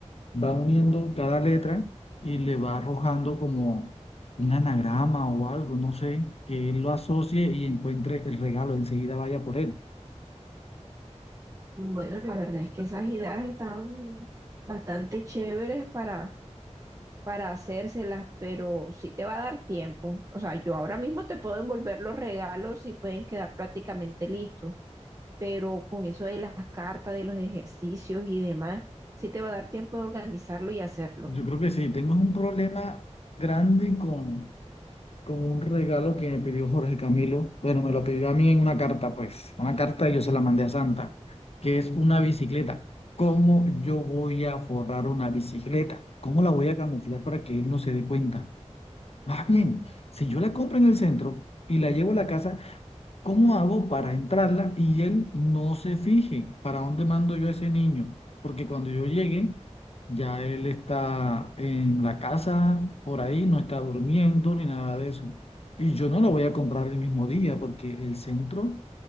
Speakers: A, on the left; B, on the right.
A: va uniendo cada letra y le va arrojando como un anagrama o algo, no sé, que él lo asocie y encuentre el regalo, enseguida vaya por él.
B: Bueno, la verdad es que esas ideas están bastante chéveres para, para hacérselas, pero sí te va a dar tiempo. O sea, yo ahora mismo te puedo envolver los regalos y pueden quedar prácticamente listos. pero con eso de las cartas, de los ejercicios y demás, sí te va a dar tiempo de organizarlo y hacerlo.
A: Yo creo que sí, tengo un problema grande con, con un regalo que me pidió Jorge Camilo. Bueno, me lo pidió a mí en una carta, pues, una carta y yo se la mandé a Santa, que es una bicicleta. ¿Cómo yo voy a forrar una bicicleta? ¿Cómo la voy a camuflar para que él no se dé cuenta? Más bien, si yo la compro en el centro y la llevo a la casa, ¿cómo hago para entrarla y él no se fije para dónde mando yo a ese niño? Porque cuando yo llegue, ya él está en la casa, por ahí, no está durmiendo ni nada de eso. Y yo no lo voy a comprar el mismo día porque el centro,